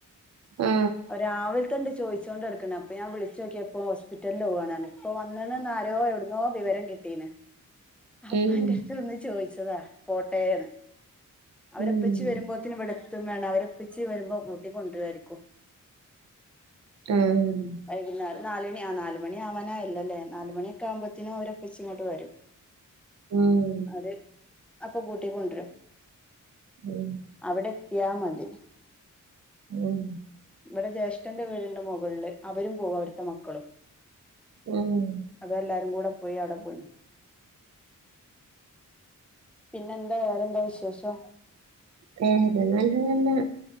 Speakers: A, on the right; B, in the centre.
A: ആ
B: രാവിൽതണ്ട് ചോയിച്ചൊണ്ടട്ക്കണ് അ പ്പ ഞാൻ വിളിച്ചോക്ക്യപ്പോ ഹോസ്പിറ്റൽല് പോവാന്നർഞ്ഞ്. ഇപ്പോ വന്ന്ണ്ന്ന് ആരോ യൊട്ന്നോ വിവരം കിട്ടീണ്. അപ്പെന്റെട്ത്ത്
A: ഉം
B: വന്ന് ചോയ്ച്ചതാ പോട്ടെന്ന്. അവരിപ്പച്ചി
A: ഉം
B: വെരുമ്പോ ത്തിന് ഇവടെത്തും <unintelligible> അവരിപ്പച്ചി വെരുമ്പോ കൂട്ടിക്കൊണ്ട്രരിക്കും.
A: ഉം
B: വൈകുന്നേരം നാലു മണി ആ നാല് മണ്യാവാനായല്ലോല്ലേ നാലു മണ്യൊക്കാവുമ്പോത്തിന് ഓരെപ്പച്ചിങ്ങോട്ട് വെരും.
A: ഉം
B: ന്നട്ട് അപ്പൊ കൂട്ടി കൊണ്ട്രും.
A: ഉം
B: അവടെത്ത്യാ മതി.
A: ഉം
B: ഇവിടെ ജ്യേഷ്ഠന്റെ വീടിന്റെ മുകളില് അവരും പോകും അവരുടെ മക്കളും
A: ഉം
B: അതെല്ലാരും കൂടെ പോയി അവിടെ പോയി പിന്നെ എന്താ വേറെന്താ വിശേഷം
A: വേറെ നല്ലതന്നാ